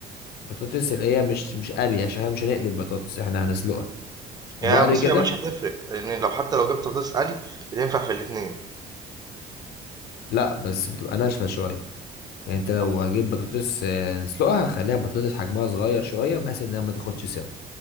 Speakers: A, on the left; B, on the right.
A: بطاطس اللي هي مش مش قلي عشان احنا مش هنقلب بطاطس احنا هنسلقها وبعد
B: يا بص
A: كده
B: هي مش هتفرق لان لو حتى لو جبت بطاطس قلي بتنفع في الاتنين
A: لا بس بتبقى ناشفه شويه يعني انت لو
B: طب
A: هجيب بطاطس آه، نسلقها هخليها بطاطس حجمها صغير شويه بحيث انها ما تاخدش سوا